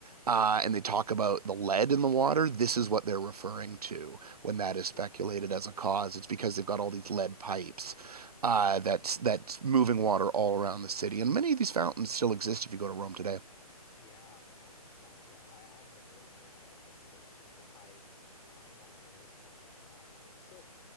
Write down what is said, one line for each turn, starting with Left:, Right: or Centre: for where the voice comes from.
Right: uh, and they talk about the lead in the water, this is what they're referring to when that
Left: I see.
Right: is speculated as a cause. It's because they've got all these lead pipes uh, that's that's moving water all around the city, and many of these fountains still exist if you go to Rome today.
Left: Yeah, I've I've uh, I haven't been to Rome yet. I would like to go soon, but I I am aware of that. That's fascinating. So